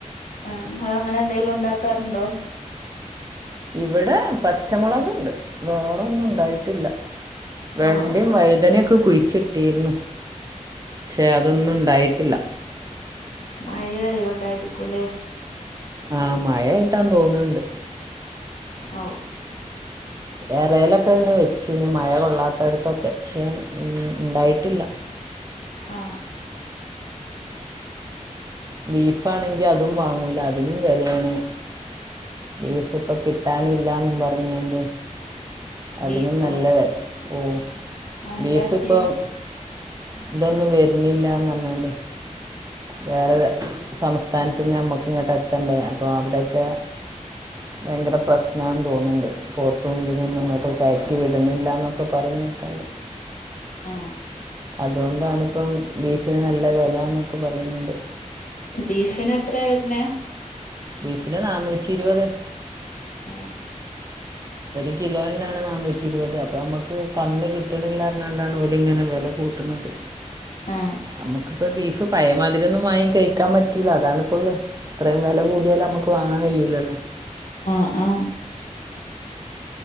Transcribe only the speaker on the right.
ഇവിടെ പച്ചമുളകെണ്ട് വേറൊന്നും ഇണ്ടായി ട്ടില്ല. വെണ്ടേം
വഴുതനൊക്കെ കുഴിച്ചി തീർന്നു ക്ഷെ അതൊന്നും ഇണ്ടായിട്ടില്ല.
ആഹ് മഴയേട്ടാം തോന്നണെണ്ട്.
ഏറെയിലൊക്കെ തന്നെ വെച്ചിനി മഴ കൊള്ളാത്തടത്തൊക്കെഛെ ഉണ്ടായിട്ടില്ല.
ബീഫാണെങ്കി അതും വാങ്ങൂല അതിനും വേലേണ്. ബീഫ് ഇപ്പൊ കിട്ടാനില്ലാന്നും പർഞ്ഞാണ്ട്. അതിനും
നല്ല വെല ഓ
ബീഫ്
ഇപ്പം ഇതൊന്നും വര്ന്നില്ലാന്നർഞ്ഞാണ്ടേ. വേറെ സംസ്ഥാനത്ത്ന്ന് നമ്മക്ക് ഇങ്ങട്ട് എത്തണ്ടേ അപ്പൊ അവിടൊക്കെ ഭയങ്കര പ്രശ്നാന്ന് തോന്ന്ണ്ട്. പോത്തുംഇതിനെഒന്നുംഇങ്ങോട് കയറ്റി വിടണില്ലന്നൊക്കെ പറയുന്നേക്കാണ്ട്.
അതോണ്ടാണ്പ്പം ബീഫിന് നല്ല വെലാന്നൊക്കെ പറിണ്ണ്ട്.
ബീഫിന് നാന്നൂറ്റിരുപത്.
ഒരു കിലോനാണ് നന്നൂറ്റി ഇരുപത് അപ്പൊ അമ്മക്ക് കന്ന് കിട്ട്ണില്ലാ ർഞ്ഞാണ്ടാണ് ഓലിങ്ങനെ വെല കൂട്ട്ണത്
നമ്മക്കിപ്പോ ബീഫ് പയേമാതിര്യെന്നും വാങ്ങി കയ്ക്കാൻ പ റ്റൂല അതാണ്പ്പള്ളെ ഇത്രയും വെല കൂട്യാല് അമ്മക്ക് വാങ്ങാൻ കയ്യൂല്ലല്ലോ.